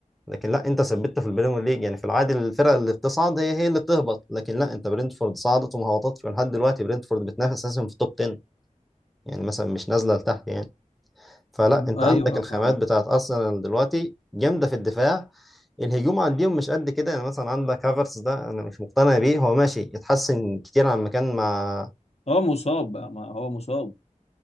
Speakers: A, in the centre; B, on the left.
A: لكن لا انت ثبتت في البريمير ليج يعني في العادي الفرق اللي بتصعد هي هي اللي بتهبط لكن لا انت برينتفورد صعدت وما هبطتش ولحد دلوقتي برينتفورد بتنافس اساسا في التوب 10 يعني مثلا مش نازله لتحت يعني فلا انت
B: أيوه
A: عندك الخامات
B: ف-
A: بتاعت ارسنال دلوقتي جامده في الدفاع الهجوم عندهم مش قد كده يعني مثلا عندك هافرتس ده انا مش مقتنع بيه هو ماشي اتحسن كتير عن مكان مع
B: هو مصاب بقى، ما هو مصاب